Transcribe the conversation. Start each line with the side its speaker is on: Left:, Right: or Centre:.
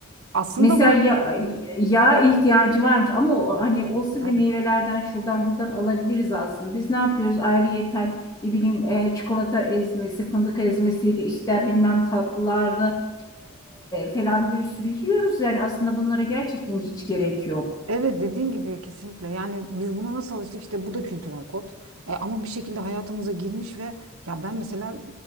Right: Aslında
Left: Mesela
Right: ama
Left: ya, yağ ihtiyacı varmış ama o, hani olsun
Right: e,
Left: bile meyvelerden şuradan buradan alabiliriz aslında. Biz ne yapıyoruz? Ayrıyeten ne bileyim e, çikolata ezmesi, fındık ezmesiydi işte bilmem tatlılarda falan bir sürü yiyoruz. Yani aslında bunlara gerçekten hiç gerek yok.
Right: evet dediğin gibi kesinlikle yani biz buna nasıl alıştık işte bu da kültürel kod. E, ama bir şekilde hayatımıza girmiş ve ya ben mesela